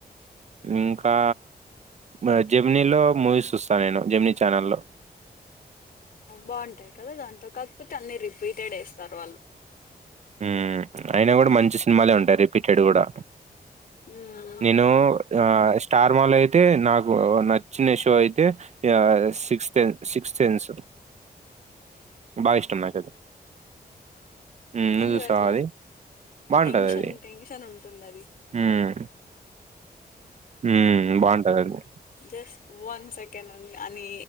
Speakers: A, on the right; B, on the left.
A: ఇంకా మరి జెమ్నీలో మూవీస్ చూస్తా నేను జమ్నీ చానల్లో,
B: బాగుంటయి కదా దాంతో కాకపోతే అన్ని రిపీటెడ్ వేస్తారు వాళ్ళు
A: హ్మ్ అయినా కూడా మంచి సినిమాలే ఉం రీపిటెడ్ కూడా
B: ఉమ్
A: నేను ఆ స్టార్ మా లో అయితే నాకు నచ్చినయి షో అయితే ఇగ సిక్స్ సెన్స్ సిక్త్ సెన్స్ బాగా ఇష్టం నాకు అది ఉమ్, నువ్వు
B: ఎందుకు
A: చూస్తావా
B: అట్లా
A: అది బావుంటదది.
B: టెన్షన్ టెన్షన్ ఉంటుంది. ఎందది
A: హ్మ్ హ్మ్ బాగుంటదది.
B: జస్ట్ వన్ సెకండ్ ఉంది అని